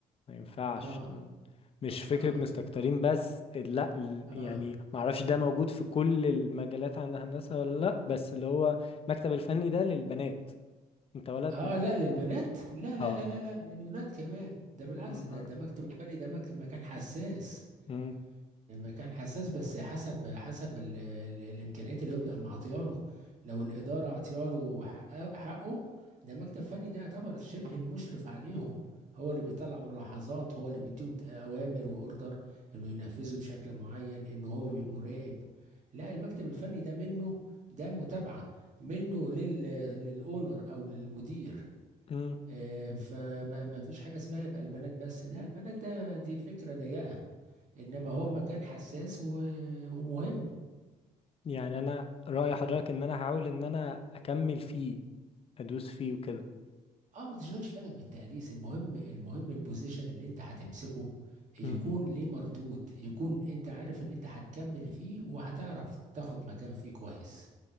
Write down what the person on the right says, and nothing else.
اه
اه
اه
اه
لا للبنات لا لا
لا لا لا للولاد كمان ده بالعكس
ده ده مكتب الفني ده مك- مكان حساس
يعني مكان حساس بس حسب حسب ال ال الامكانيات اللي هو بيبقى معطيها له لو الاداره عطيها له حقه حقه، ده مكتب فني ده يعتبر شبه المشرف عليهم هو اللي بيطلع ملاحظات هو اللي بيديهم ت- اوامر واوردر انه ينفذوا بشكل معين انه هو بيبقى مراقب لا المكتب الفني ده منه ده متابعه منه لل للاونر او للمدير
آه، فما ما فيش حاجة اسمها يبقى البنات بس ده البنات ده دي فكرة ضيقة إنما هو مكان حساس و- ومهم
اه ما تشغلش بالك بالتأليس المهم المهم البوزيشن اللي انت هتمسكه يكون
ليه مردود يكون انت عارف ان انت هتكمل فيه وهتعرف تاخد مكان فيه كويس